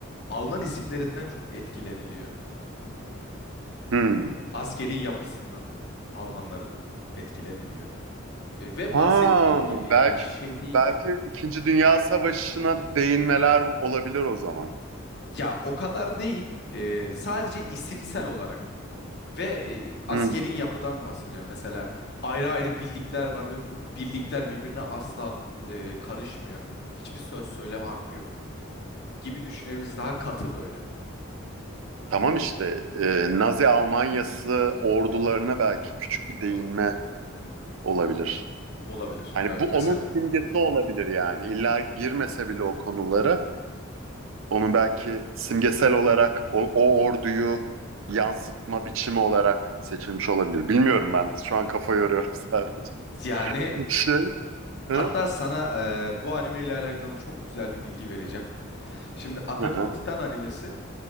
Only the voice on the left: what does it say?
Alman isimlerinden çok etkileniliyor.
Askeri yapısından Almanların etkileniliyor. E, ve
bahsettiğin gibi yani
şey değil
bu.
Ya o kadar değil e, sadece isimsel olarak ve e, askeri
yapıdan bahsediyorum. Mesela ayrı ayrı birlikler var ve bu birlikler birbirine asla e, karışmıyor. Hiçbir söz söyleme hakkı yok. gibi düşünebiliriz. Daha katı böyle
olabilir.
Evet
mesela.
Yani
hatta sana e, bu anime ile alakalı çok güzel bir bilgi vereceğim. Şimdi Attack
on Titan animesi